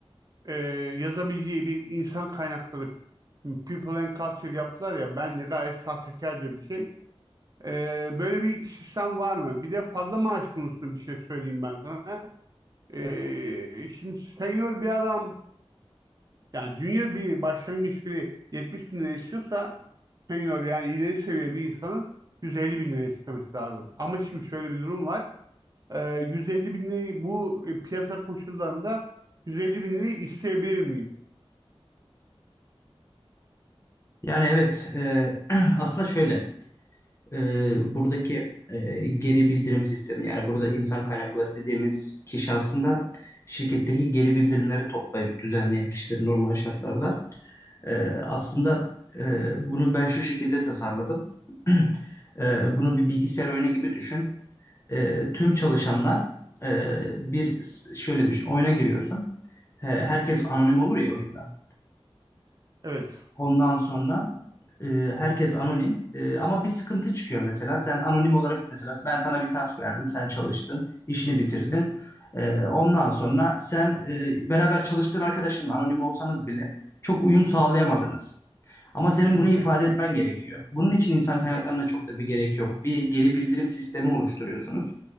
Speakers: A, on the right; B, on the left.
A: e, yazabileceği bir insan kaynakları şimdi People and Culture yaptılar ya bence gayet sahtekarca bir şey. E, böyle bir sistem var mı? Bir de fazla maaş konusunda bir şey söyleyeyim ben sana. E, şimdi senior bir adam yani junior bir başlangıç biri 70 bin lira istiyorsa senior yani ileri seviye bir insanın 150 bin lira istemesi lazım. Ama şimdi şöyle bir durum var. Ee, 150 bin lirayı bu e, piyasa koşullarında 150 bin lirayı isteyebilir miyim?
B: Yani evet, e, <clears throat> aslında şöyle. e, buradaki e, geri bildirim sistemi yani burada insan kaynakları dediğimiz kişi aslında şirketteki geri bildirimleri toplayıp düzenleyen kişiler normal şartlarda. E, aslında e, bunu ben şu şekilde tasarladım. <clears throat> E, bunu bir bilgisayar oyunu gibi düşün. E, tüm çalışanlar e, bir şöyle düşün oyuna giriyorsun. E, herkes anonim olur ya oyunda.
A: Evet.
B: Ondan sonra e, herkes anonim. E, ama bir sıkıntı çıkıyor mesela. Sen anonim olarak mesela ben sana bir task verdim. Sen çalıştın, işini bitirdin. E, ondan sonra sen e, beraber çalıştığın arkadaşınla anonim olsanız bile çok uyum sağlayamadınız. Ama senin
A: Hı
B: bunu
A: hı.
B: ifade etmen gerekiyor. Bunun için insan kaynaklarına çok da bir gerek yok. Bir geri bildirim sistemi oluşturuyorsunuz.